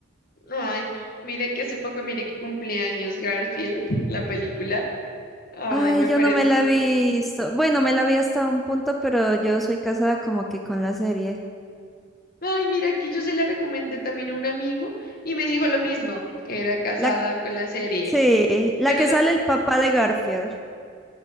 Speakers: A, on the left (about 50°); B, in the centre.
A: Ay, mire que hace poco, mire que cumpleaños Garfield, la película. Ay,
B: Ay,
A: me
B: yo
A: parece
B: no me la
A: súper.
B: he visto, bueno, me la vi hasta un punto, pero yo soy casada como que con la serie.
A: Ay, mira, aquí yo se la recomendé también a un amigo y me dijo lo mismo, que era casada
B: La,
A: con la serie.
B: sí, la
A: Pero
B: que
A: la,
B: sale el papá de Garfield,